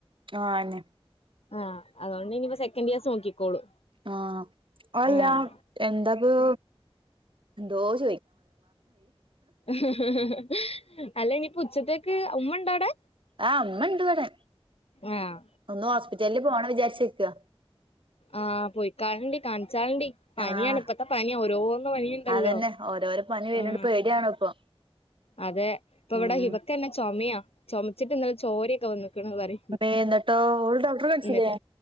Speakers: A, on the right; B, on the left.
A: ആ അയെന്നെ.
B: ആഹ് അതോണ്ട് ഇനിപ്പോ സെക്കൻഡ് ഇയേഴ്‌സ് നോക്കിക്കോളും.
A: ആ അഹല്ല
B: ആഹ്
A: എന്താപദോ ദോഷ്
B: ഹ് ഹ് ഹ് അല്ല ഇനിപ്പോ ഉച്ചത്തേക്ക് ഉമ്മണ്ടോആടെ?
A: ആ ഉമ്മണ്ട് ഇവടെ
B: ആഹ്
A: ഒന്ന് ഹോസ്പിറ്റലില് പോണം വിചാരിച്ച്ക്ക.
B: ആ പോയിക്കാൾണ്ടി കാണി ച്ചാൾണ്ടി പനിയാണ്
A: ആഹ്
B: ഇപ്പത്തെ പനിയാ ഓരോന്ന് പനിണ്ടല്ലോ
A: അതന്നെ ഓരോരോ പനി വര്ണോണ്ട്
B: ആ
A: പേടിയാണ് ഇപ്പൊ
B: അതെ ഇപ്പൊവടെ
A: ഉം
B: ഹിബക്കെന്നെ ചുമയാ ചുമച്ചിട്ട് ഇന്നലെ ചോരൊക്കെ വന്ന്. ക്കണ് പറി
A: മ്മേ എന്നിട്ടോ ഓള് ഡോക്ടറെ കാണിച്ചില്ലേ
B: ന്നിട്ട്